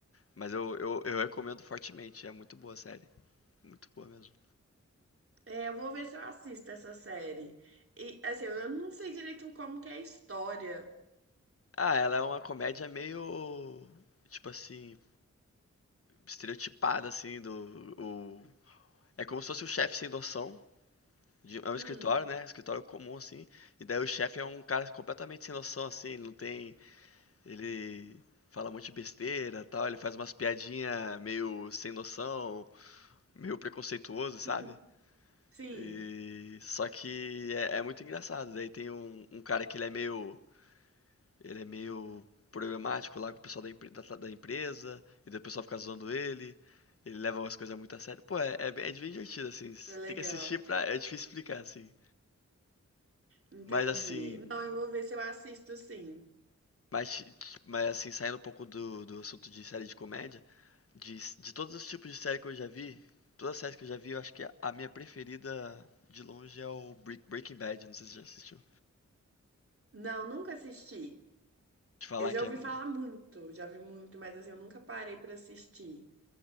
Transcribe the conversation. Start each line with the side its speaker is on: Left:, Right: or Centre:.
Left: Mas eu, eu, eu recomendo fortemente. É muito boa a série. Muito boa mesmo.
Right: É, eu vou ver se eu assisto essa série. E, assim, eu não sei direito como que é a história.
Left: Ah, ela é uma comédia meio. Tipo assim. Estereotipada, assim. Do, o... É como se fosse o chefe sem noção. de- É um
Right: Hum,
Left: escritório, né? Escritório comum, assim. E daí o chefe é um cara completamente sem noção, assim. Ele não tem. Ele fala um monte de besteira tal. Ele faz umas piadinhas meio sem noção, meio preconceituoso, sabe?
Right: hum, sim.
Left: E só que é, é muito engraçado. Daí tem um, um cara que ele é meio, ele é meio problemático lá com o pessoal da, empre- da- da empresa, e daí o pessoal fica zoando ele. Ele leva as coisas muito a sério. Pô, é, é bem é bem divertido, assim.
Right: É legal.
Left: Tem que assistir pra. É difícil explicar, assim.
Right: Entendi.
Left: Mas assim.
Right: Não, eu vou ver se eu assisto, sim.
Left: Mas, ti- ti- mas assim, saindo um pouco do, do assunto de série de comédia, de, s- de todos os tipos de série que eu já vi, todas as séries que eu já vi, eu acho que a, a minha preferida de longe é o Break- Breaking Bad. Não sei se você já assistiu.
Right: Não, nunca assisti.
Left: Te falar
Right: Eu já
Left: que
Right: ouvi
Left: é um-
Right: falar muito, já vi muito, mas assim, eu nunca parei pra assistir.